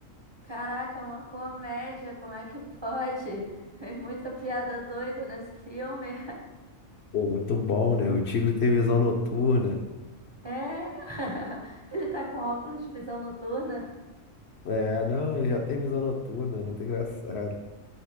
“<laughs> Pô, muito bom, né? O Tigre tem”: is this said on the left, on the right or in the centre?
Left